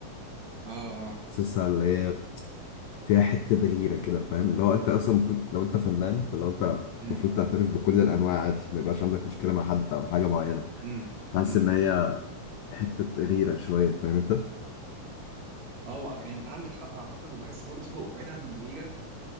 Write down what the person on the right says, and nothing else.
اه اه
امم
امم
امم
اه وأك- يعني انت عندك حق عامه وبحس برضه <laughs> بعيد عن الغيره